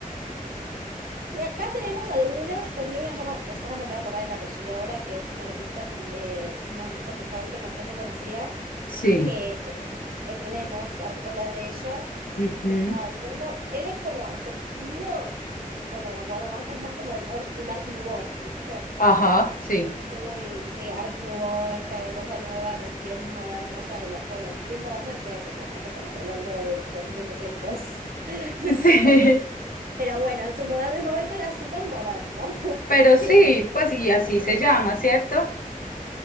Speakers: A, on the right; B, on the left.
A: te- Acá tenemos algunos, por ejemplo, hay a llamar Rosana, no me voy a acordar el apellido ahora, que es una artista, argen- eh, una artista mujer que es bastante conocida,
B: Sí.
A: que eh, tenemos ar- obras de ella,
B: Ujú.
A: justo estaba viendo. Él es como, su estilo, por lo que me acuerdo más, es más como el, or- el Art Nouveau, ¿viste?
B: Ajá, sí.
A: Como el- sí, Art Nouveau, esta cosa nueva que es bien modernosa de la, bueno, bien moderna de su época, ¿no? Que estamos hablando de 2870
B: <laughs> Sí.
A: <laughs> Pero bueno, en su moderno momento era súper moderno. <laughs>
B: Pero sí,
A: Y era
B: pues y así
A: súper controversial.
B: se llama, ¿cierto?